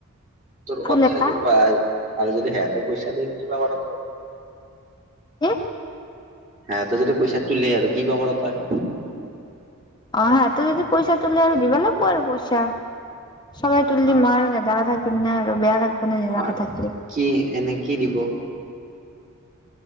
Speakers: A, on the right; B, on the left.
A: তোৰ
B: ফুল
A: কথা
B: এটা
A: বা আৰু যদি হেয়াটা পইচা দিয় কি ক'ৰ তই
B: কি?
A: হেহেতে যদি পইচা তোলে আৰু কি বা কৰ তই।
B: অ', হা তো যদি পইচা তোলে আৰু দিবা লাগিব আৰু পইচা। সবাই তুলুলিলি
A: আহ
B: মই আৰু নেদা কা থাকিম ন আৰু বেয়া লাগ নেদা
A: আহ
B: কে থাকলি
A: কি এনে কি দিব